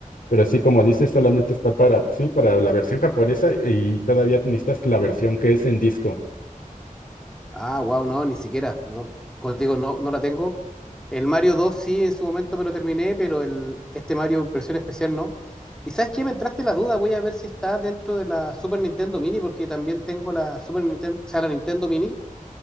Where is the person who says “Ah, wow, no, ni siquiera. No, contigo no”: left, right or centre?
Centre